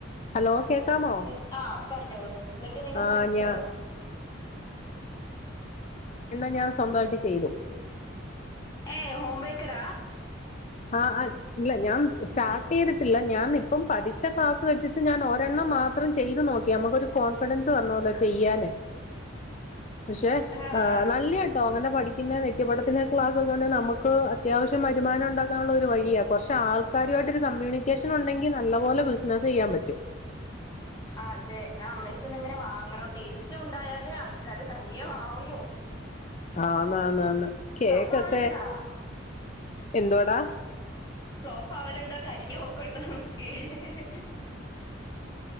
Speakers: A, on the left; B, on the left.
A: ഹലോ കേക്കാമോ
B: ഉം ആഹ് പറഞ്ഞോളൂ എന്നിട്ട് നിങ്ങള്
A: ആ
B: പഠിച്ചോ
A: ഞാ എണ്ണ ഞാാന് സ്വന്തമായിട്ട് ചെയ്തു
B: ഏ ഓം ബേക്കറ
A: ആ ആ ഇല്ല ഞാൻ സ്റ്റാർട്ട് ചെയ്തിട്ടില്ല ഞാൻ ഇപ്പം പഠിച്ച ക്ലാസ് വെച്ചിട്ട് ഞാൻ ഒരെണ്ണം മാത്രം അത്രം ചെയ്ത് നോക്കി നമുക്കൊരു കോൺഫിഡൻസ് പറണല്ലോ ചെയ്യാന് പക്ഷെ
B: ആഹ്
A: ആ് നല്ല കേട്ടോ അങ്ങനെ പഠിക്ക ുന്ന നിത്യപടത്തിന്റെ ക്ലസ് ഒക്കെെ നമുക്ക് അത്യാവശ്യം വരുമാനം ഉണ്ടാക്ക തള്ളൊരു വഴിയാ കുറച്ച് ആൾക്കാരുമായിട്ട് ഒരു കമ്മ്യൂണിക്കേഷൻ ഉണ്ടെങ്കിൽ നല്ല പോലെ ബിസ്സിനസെയ്യാൻ പറ്റും
B: <inaudible> അതെ ആഹ് നമ്മുടെ അടുത്ത്ന്ന് ഇങ്ങനെ വാങ്ങണം ടേസ്റ്റ് ഉണ്ടായാല് ആൾക്കാര് തനിയേ വാങ്ങും
A: ആഹ ന്നാന്നു ന്നാന്ന് കേക്കൊക്കെ
B: ഫ്ലോപ്പ് ആവല്ണ്ടാ
A: എന്തോടാ
B: ഫ്ലോപ്പ് ആവലുണ്ടോ കരിഞ്ഞ പോക്കുണ്ടോ <unintelligible>